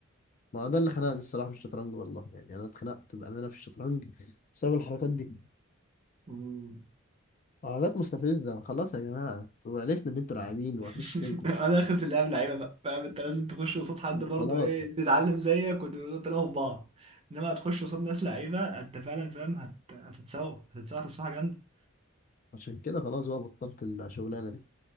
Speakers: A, on the left; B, on the right.
A: ما هو ده اللي خنقني الصراحه في الشطرنج والله يعني انا اتخنقت بامانه في الشطرنج بسبب الحركات دي
B: مم.
A: حركات مستفزه خلاص يا جماعه انتوا عرفنا ان انتوا لاعبين ومفيش
B: <laughs>
A: منكم
B: انا اخرة اللعب لعيبه بقى فاهم انت لازم تخش قصاد حد برضه
A: خلاص
B: ايه تتعلم زيك وتلاقوا في بعض انما هتخش قصاد ناس لعيبه انت فعلا فاهم هت... هتتسوى هتتسوى تسويحه جامده
A: عشان كده خلاص بقى بطلت الشغلانه دي